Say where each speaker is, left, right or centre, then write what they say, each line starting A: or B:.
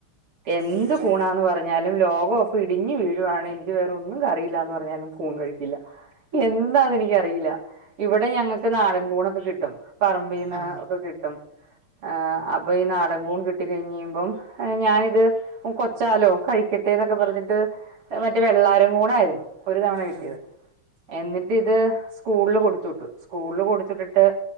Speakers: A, on the right (about 80°); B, on the right (about 65°).
A: എന്ത്
B: ഇവിടെ
A: കൂണാന്ന് പറ ഞ്ഞാലും ലോകോക്കെ ഇടിഞ്ഞ് വീഴുവാണ് എനിക്ക് വേറെ ഒന്നും കറിയില്ലാന്ന്പറഞ്ഞാലും കൂൺ കഴിക്കില്ല. എന്താന്നെനിക്കറിയില്ല ഇവിടെ ഞങ്ങക്ക് നാടൻ കൂണൊക്കെ കിട്ടും പറമ്പിന്ന്
B: ആ
A: ഒക്കെ കി ട്ടും ആഹ് അപ്പ ഈ നാടൻകൂൺ കിട്ടി കഴിഞ്ഞഴിയുമ്പം ഏഹ് ഞാനിത് ഓ കൊച്ചാലോ കഴിക്കട്ടെന്നൊക്കെ പറഞ്ഞിട്ട് മറ്റേ വെള്ളാരം കൂണായിരുന്നു. ഒര് തവണ കിട്ടിയത്
B: ആ,
A: എന്നിട്ട് ഇത്. സ്കൂള്ൽ കൊടുത്തു വിട്ടു സ്കൂളിൽ കൊടുത്തിട്ടിട്ട്.